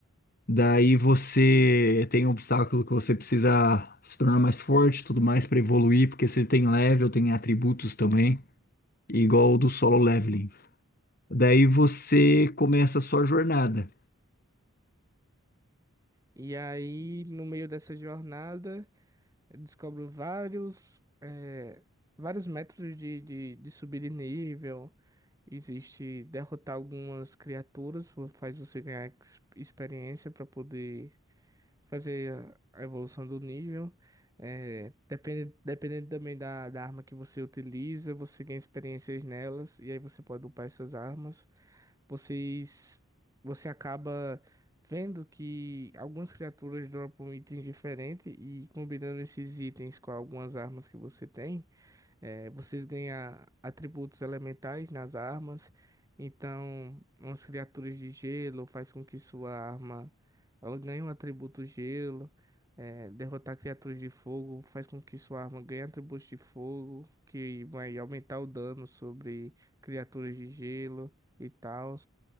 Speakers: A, on the left; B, on the right.
A: Daí você tem um obstáculo que você precisa se tornar mais forte, tudo mais para evoluir, porque você tem level, tem atributos também, igual o do solo leveling. Daí você começa a sua jornada.
B: E aí, no meio dessa jornada. Eu descobro vários, eh, vários métodos de, de, de subir de nível. Existe derrotar algumas criaturas, vo- faz você ganhar ex- experiência para poder fazer a a evolução do nível. É, depende, dependendo também da, da arma que você utiliza, você ganha experiências nelas, e aí você pode upar essas armas. Vocês, você acaba vendo que algumas criaturas dropam itens diferentes, e combinando esses itens com algumas armas que você tem, é, vocês ganham atributos elementais nas armas. Então, umas criaturas de gelo faz com que sua arma ela ganha um atributo gelo, é, derrotar criaturas de fogo faz com que sua arma ganhe atributos de fogo, que vai aumentar o dano sobre criaturas de gelo e tal.